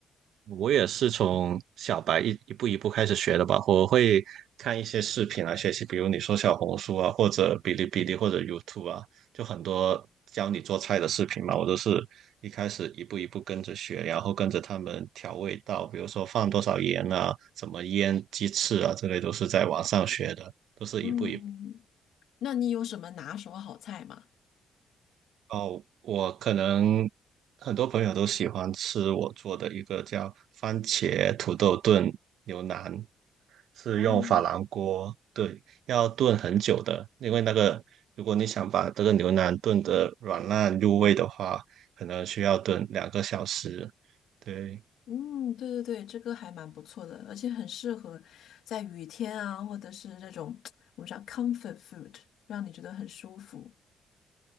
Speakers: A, on the right (about 75°); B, on the left (about 75°).
A: 我也是从小白一一步一步开始学的吧。我会看一些视频来学习，比如你说小红书啊，或者哔哩哔哩或者 YouTube 啊，就很多教你做菜的视频嘛。我都是一开始一步一步跟着学，然后跟着他们调味道，比如说放多少盐啊，怎么腌鸡翅啊，这类都是在网上学的，都是一步一步。
B: 嗯，那你有什么拿手好菜吗？
A: 哦，我可能很多朋友都喜欢吃我做的一个叫番茄土豆炖牛腩，是用珐琅锅，
B: 哦，
A: 对，要炖很久的，因为那个如果你想把这个牛腩炖得软烂入味的话，可能需要炖两个小时。对，
B: 嗯，对对对，这个还蛮不错的，而且很适合在雨天啊，或者是这种 <tsk> 我们叫 comfort food，让你觉得很舒服。